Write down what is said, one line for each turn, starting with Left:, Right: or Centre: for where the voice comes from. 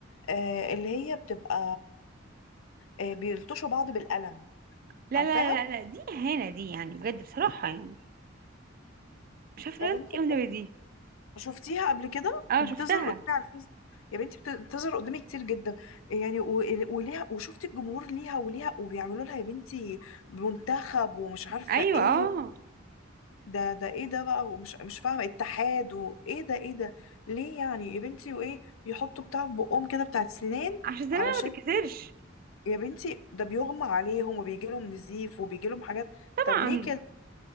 Left: آه اللي هي بتبقى آه بيلطشوا بعض بالقلم
Right: لا
Left: عارفاها
Right: لا لا لا دي اهانه دي يعني بجد بصراحه يعني مش عارفه
Left: يا
Right: لازم
Left: بنتي
Right: ايه والنبي
Left: بجد
Right: دي
Left: شفتيها قبل كده
Right: اه
Left: بتظهر
Right: شفتها
Left: قدامي على الفيس يا بنتي بت- بتظهر قدامي كتير جدا يعني و... وليها وشفت الجمهور ليها وليها وبيعملوا لها يا بنتي منتخب ومش عارفة
Right: ايوه
Left: ايه
Right: اه
Left: ده ده ايه ده بقى ومش مش فاهمه اتحاد وايه ده ايه ده ليه يعني يا بنتي وايه يحطوا بتاع في بقهم كده بتاعت سنان
Right: عشان زمان
Left: علشان
Right: ما تتكسرش
Left: يا بنتي ده بيغمى عليهم وبيجي لهم نزيف وبيجي لهم حاجات
Right: طبعا
Left: طب ليه كده